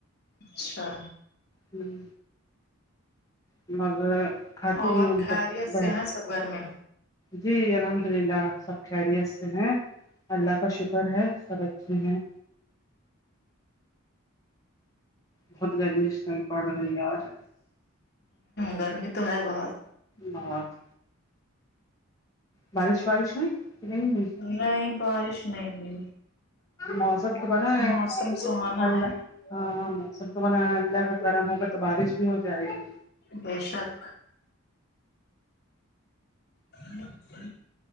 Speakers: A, on the left; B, on the left.
A: اچھا
B: ہوں مگر کھاتی
A: اور
B: بھی ہوں مطلب
A: خیریت
B: بہت
A: سے ہیں سب گھر میں
B: جی الحمد للہ سب خیریت سے ہیں اللہ کا شکر ہے سب اچھے ہیں بہت گرمی اس ٹائم پڑ رہی ہے اور
A: گرمی تو ہے بہت
B: بہت بارش وارش ہوی کہ نہیں ہوئی
A: نہیں بارش نہیں ہوئی
B: موسم تو بنا ہے
A: موسم سہانا
B: اللہ
A: ہے
B: ہاں ہاں موسم تو بن اللہ کا کرم ہوگا تو بارش بھی ہو جائے گی
A: بے شک ہاں ہ